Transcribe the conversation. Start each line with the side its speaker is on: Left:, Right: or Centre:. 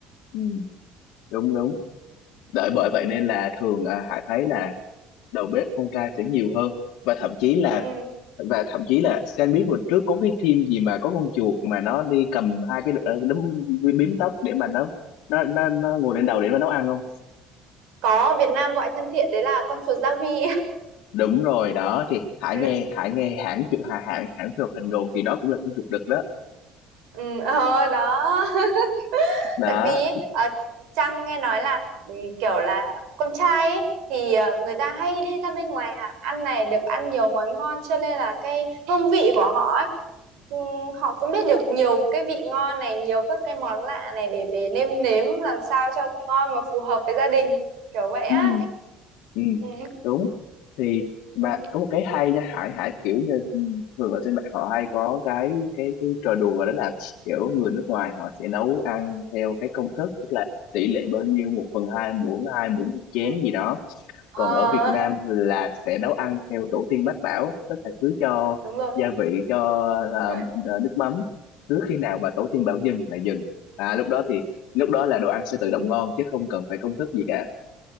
Left: Ừ. đúng
Right: ừ,
Left: đúng đợi bởi
Right: ừ.
Left: vậy nên là thường à, Hải thấy là đầu bếp con trai sẽ nhiều hơn và thậm chí là
Right: ừ.
Left: và thậm chí là Trang biết hồi trước có cái phim gì mà có con chuột mà nó đi cầm hai cái đ- ờ, đấm bím tóc để mà nó nó nó, nó ngồi lên đầu để nó nấu ăn không
Right: có Việt Nam gọi thân thiện đấy là con chuột gia huy
Left: đúng rồi đó thì Hải
Right: <laughs>
Left: nghe Hải nghe hãng chụp hãng hãng hãng phim hoạt hình đồ thì đó cũng là cũng chụp được đó
Right: Ừ, ờ, đó <laughs>
Left: đó
Right: tại vì ờ, Trang nghe nói là ừ, kiểu là con trai ấy, thì ờ, người ta hay đi ra bên ngoài hàng ăn này được ăn nhiều món ngon cho nên là cái hương vị của họ ấy, ừ, họ cũng biết được nhiều cái vị ngon này nhiều các cái món lạ này để về nêm nếm làm sao cho ngon mà phù hợp với gia đình kiểu vậy á
Left: ừ, ừ,
Right: ừ,
Left: đúng thì mà
Right: ừ,
Left: có một cái hay nha Hải Hải kiểu như Ừ. thường ở trên mạng họ hay có cái cái cái trò đùa đó là kiểu người nước ngoài họ sẽ nấu ăn theo cái công thức tức là tỷ lệ bao nhiêu một phần hai muỗng hai muỗng một chén
Right: ừ.
Left: gì đó
Right: Ờ,
Left: còn ở Việt Nam là sẽ nấu ăn theo tổ tiên mách bảo tức là cứ cho
Right: đúng rồi
Left: gia vị cho ờ,
Right: <laughs>
Left: ờ, nước mắm cứ khi nào mà tổ tiên bảo dừng là dừng à, lúc đó thì lúc đó là đồ ăn sẽ tự động ngon chứ không cần phải công thức gì cả